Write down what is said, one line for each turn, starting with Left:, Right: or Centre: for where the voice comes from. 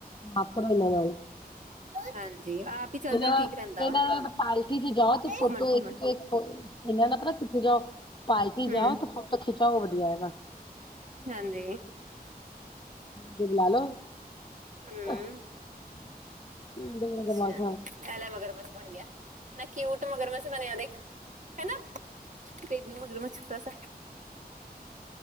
Left: ਮਾਪੜ ਇਹਨਾਂ ਨਾਲ
Right: ਹਾਂਜੀ ਆਪ ਹੀ ਚੱਲ
Left: ਉਹ
Right: ਜਾਓ
Left: ਕਹਿ
Right: ਠੀਕ ਰਹਿੰਦਾ ਵਾ।
Left: ਪਾਲਟੀ ਜਾਉ ਤੇ ਫੋਟੋ
Right: ਘੁੰਮਣ-ਘੁੰਮਣ
Left: ਇੱਕ ਈ। ਇਹਨਾਂ ਦਾ ਪਤਾ ਕਿਥੇ ਜਾਓ ਪਾਰਟੀ
Right: ਹੂੰ
Left: ਜਾਓ ਤੇ ਫੋਟੋ ਖਿੱਚੋ ਉਹ ਵਧੀਆ ਹੈਗਾ।
Right: ਹਾਂਜੀ
Left: ਫਿਰ ਲਾ ਲੋ। <inaudible>
Right: ਹੂੰ।
Left: <inaudible>
Right: ਅੱਛਾ ਐ ਲੈ ਮਗਰਮੱਛ ਬਣ ਗਿਆ ਕਿੰਨਾ ਕੀਊਟ ਮਗਰਮਛ ਬਣਿਆ ਦੇਖ ਹਨਾ ਬੇਬੀ ਮਗਰਮੱਛ ਛੋਟਾ ਸਾ